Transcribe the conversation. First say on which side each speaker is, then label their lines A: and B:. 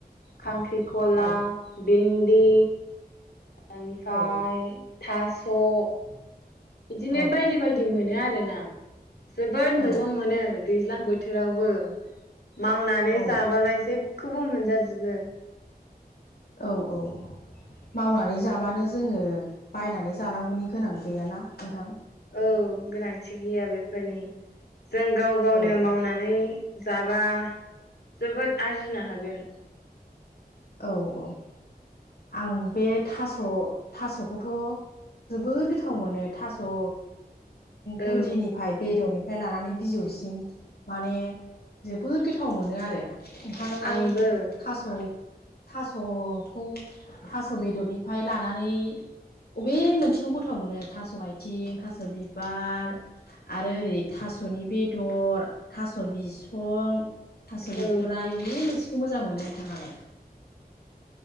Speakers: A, on the left; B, on the left.
A: खांख्रि कला
B: औ
A: भिन्दि ओमफ्राय
B: औ
A: थास' बिदिनो
B: औ
A: बायदि बायदि मोनो आरोना जोबोद
B: औ
A: मैगं मोनो दैज्लां बोथोरावबो मावनानै
B: औ
A: जाबालाय जेबखौबो मोनजाजोबो।
B: औ औ औ। मावनानै जाबानो जोङो बायनानै जानांगौनि गोनां गैयाना नोंथां?
A: औ गोनांथि गैया बेफोरनि जों गाव गावनो
B: औ
A: मावनानै
B: औ
A: जाबा जोबोद आरजिनो हागोन।
B: औ औ आं बे थास' थास' खौथ' जाबोर गोथाव मोनो थास' ओ
A: औ
B: गुदिनिफ्राय बेदरनि फ्राय लानानै बिजौसिम माने जोबोद गोथाव मोनो आरो। नोंथाङालाय
A: आंबो
B: थास' थास'खौ थास' बेदरनिफ्राय लानानै अबे मोनसेखौ गोथाव मोनो थास' आथिं थास' बिबार आरो ओरै था स'नि बेदर थास' बिसं थास' बिथ'राय
A: औ
B: अबे मोनसेखौ मोजां मोनो नोंथाङालाय?